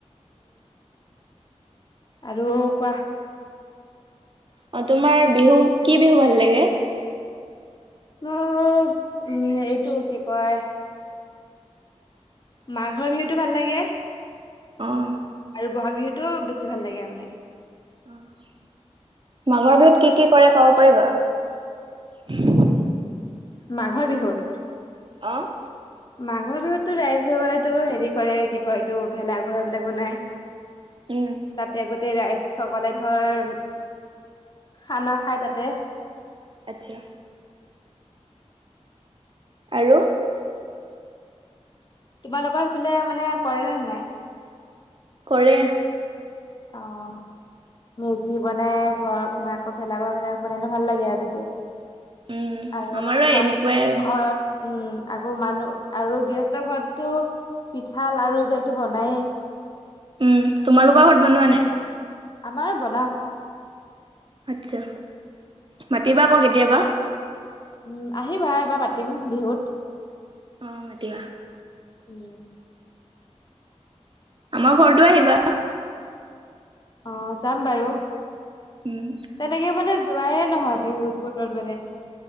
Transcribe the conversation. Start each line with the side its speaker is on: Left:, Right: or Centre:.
Left: আৰু কোৱা।
Right: অ', তোমাৰ বিহু, কি বিহু ভাল লাগে?
Left: মোক, উম, এইটো কি কয়। মাঘৰ বিহুতটো ভাল লাগে।
Right: অ'।
Left: আৰু বহাগ বিহুতটো, বেছি ভাল লাগে আৰু মানে।
Right: অ', মাঘৰ বিহুত কি কি কৰে ক'ব পাৰিবা? <inaudible>
Left: মাঘৰ বিহুত?
Right: অ'।
Left: মাঘৰ বিহুতোত ৰাইজসকলেতো হেৰি কৰে, কি কয়, এইটো ভেলাঘৰ বিলাক বনাই।
Right: উম,
Left: তাতে গ তেই ৰাইজ সকলে ধৰ, খানা খাই তাতে।
Right: আচ্ছা। আৰু
Left: তোমালোকৰ সেইফালে মানে, কৰেনে নাই
Right: কৰে।
Left: অ'। মেজি বনাই, ঘৰত আকৌ ভেলাঘৰ বনাই <unintelligible> ভাল লাগে আৰু তেতিয়া।
Right: উম,
Left: আৰু
Right: আমাৰো এনেকুৱাই আৰু
Left: ঘৰত উম। আকৌ মানুহ, আৰু গৃহসস্থ ঘৰতো, পিঠা লাৰু এইবিলাকতো বনায়েই।
Right: উম, তোমালোকৰ ঘৰত বনোৱা নাই?।
Left: আমাৰ বনাও।
Right: আটছা, মাতিবা আকৌ কেতিয়াবা।
Left: উম আহিবা এবাৰ মাতিম বিহুত
Right: অ মতিবা
Left: উম
Right: আমাৰ ঘৰটো আহিবা
Left: অ যাম বাৰু
Right: উম,
Left: তেনেকে মানে যোৱাইে নহয় বিহুৰ বতৰত মানে।